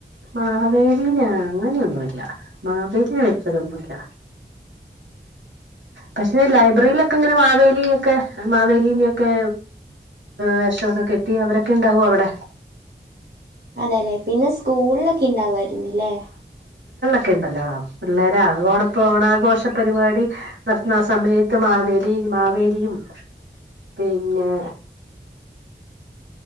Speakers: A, on the right; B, on the right.
A: മാവേലീന അങ്ങനെയൊന്നുംഇല്ല മാവേലി വച്ചതൊന്നുമില്ല പക്ഷെ ലൈബ്രറിയിലൊക്കെ ഇങ്ങനെ മാവേലി ഒക്കെ മാവേലീനെ ഒക്കെ വേഷമൊക്കെ കെട്ടി അവരൊക്കെ ഇണ്ടാവും അവിടെ
B: അതെല്ലെ പിന്നെ സ്കൂളിലൊക്കെ ഇണ്ടാവായിരുന്നല്ലേ
A: ഒക്കെ ഉണ്ടല്ലോ പിള്ളേരാ ഓണപ്പ ഓണാഘോഷ പരിപാടി നടത്തുന്ന ആ സമയത്ത് മാവേലി മാവേലിയും പിന്നെ